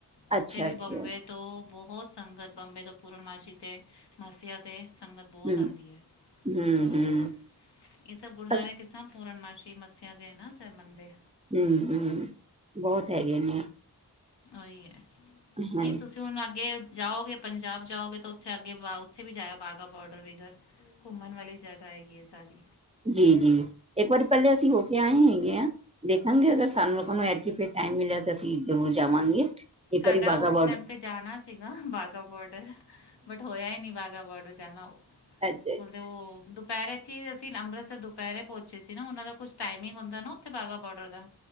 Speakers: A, on the left; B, on the right.
A: ਉੱਥੇ
B: ਅੱਛਾ
A: ਵੀ
B: ਅੱਛਾ
A: ਬੰਬੇ ਤੋਂ ਬਹੁਤ ਸੰਗਤ, ਬੰਬੇ ਤੋਂ ਪੂਰਨਮਾਸੀ 'ਤੇ ਮਸੀਆ 'ਤੇ ਸੰਗਤ ਬਹੁਤ
B: ਹਮ
A: ਆਂਦੀ ਏ,
B: ਹਮ
A: ਦੂਰੋਂ
B: ਹਮ
A: -ਦੂਰੋਂ। ਕਿ ਸਭ ਗੁਰਦੁਆਰੇ
B: ਅਸ
A: ਕਿ ਸਭ ਪੂਰਨਮਾਸ਼ੀ ਮੱਸਿਆ ਦੇ ਨਾ ਸੇਬਮਨ ਦੇ
B: ਹੂੰ-ਹੂੰ, ਬਹੁਤ ਹੈਗੇ ਨੇ।
A: ਆਈ ਏ,
B: ਹਾਂਜੀ
A: ਨਈ ਤੁਸੀਂ ਹੁਨ ਅੱਗੇ ਜਾਓਗੇ, ਪੰਜਾਬ ਜਾਓਗੇ, ਤੇ ਉਥੇ ਅੱਗੇ ਉੱਥੇ ਵੀ ਜਾਏਆ, ਬਾਗਾ ਬੋਡਰ ਵੀ ਅਗਰ। ਘੁੰਮਨ ਵਾਲੀ ਜਗ੍ਹਾ ਹੈਗੀ ਏ ਸਾਰੀ।
B: ਜੀ-ਜੀ ਏਕ ਵਾਰੀ ਪਹਿਲੇ ਅਸੀਂ ਹੋ ਕੇ ਆਏ ਹੈਗੇ ਆਂ, ਦੇਖਾਂਗੇ ਅਗਰ ਸਾਨੂੰ
A: ਅੱਛਾ।
B: ਲੋਕਾ ਨੂੰ ਐਰਕੀ ਫੇਰ ਟਾਈਮ ਮਿਲਿਆ ਤੇ ਅਸੀਂ ਜ਼ਰੂਰ ਜਾਵਾਂਗੇ। ਇੱਕ
A: ਸਾਡਾ
B: ਵਾਰੀ ਬਾਘਾ
A: ਉਸ
B: ਬੋਡ
A: ਟੈਮ ਤੇ ਜਾਨਾ ਸੀਗਾ, ਬਾਘਾ ਬਾਰਡਰ-ਬਟ ਹੋਇਆ ਹੀ ਨੀ ਬਾਘਾ ਬਾਰਡਰ ਜਾਨਾ।
B: ਹਾਂਜੀ।
A: ਮਤਲਬ ਓ ਦੁਪਹੇਰੇ 'ਚ ਹੀ ਅਸੀਂ ਅੰਮ੍ਰਿਤਸਰ ਦੁਪਹੇਰੇ ਪਹੁੰਚੇ ਸੀ ਨਾ, ਉਨਾਂ ਦਾ ਕੁਛ ਟਾਈਮਿੰਗ ਹੁੰਦਾ ਨਾ। ਕੇ ਬਾਗਾ ਬਡਰ ਦਾ।